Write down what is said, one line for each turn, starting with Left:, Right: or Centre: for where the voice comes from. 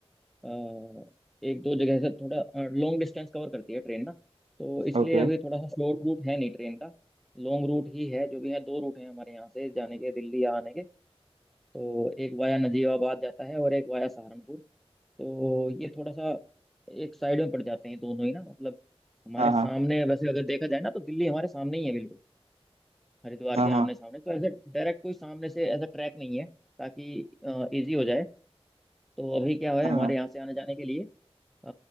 Centre: अ, एक दो जगह से थोड़ा लॉन्ग डिस्टेंस कवर करती है ट्रेन ना तो इसलिए
Right: ओके
Centre: अभी थोड़ा सा शॉर्ट रूट है नहीं ट्रेन का लॉन्ग रूट ही है जो भी है दो रूट हैं हमारे यहाँ से जाने के दिल्ली या आने के तो एक वाया नजीबाबाद जाता है और एक वाया सहारनपुर तो ये थोड़ा सा एक साइड में पड़ जाते हैं दोनों ही ना मतलब हमारे
Right: हाँ
Centre: सामने
Right: हाँ
Centre: वैसे अगर देखा जाए ना तो दिल्ली हमारे सामने ही है बिल्कुल हरिद्वार
Right: हाँ
Centre: के
Right: हाँ
Centre: आमने सामने तो ऐसे डायरेक्ट कोई सामने से ऐसा ट्रैक नहीं है ताकि इजी हो जाए तो अभी क्या है
Right: हाँ
Centre: हमारे
Right: हाँ
Centre: यहाँ से आने जाने के लिए अ,